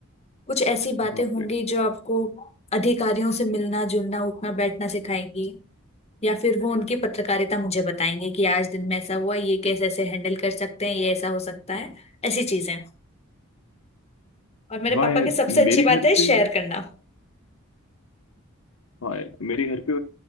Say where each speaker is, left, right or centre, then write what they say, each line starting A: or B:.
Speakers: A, on the left; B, on the left.
A: कुछ ऐसी बातें
B: बाप
A: होंगी
B: रे
A: जो आपको अधिकारियों से मिलना जुलना उठना बैठना सिखाएंगी या फिर वो उनकी पत्रकारिता मुझे बताएंगे कि आज दिन में ऐसा हुआ ये कैसे ऐसे हैंडल कर सकते हैं ये ऐसा हो सकता है ऐसी चीजें और मेरे
B: वाह
A: पापा
B: यार
A: की सबसे अच्छी
B: मेरे
A: बात
B: घर
A: है
B: पे
A: शेयर करना
B: हाँ यार मेरे घर पे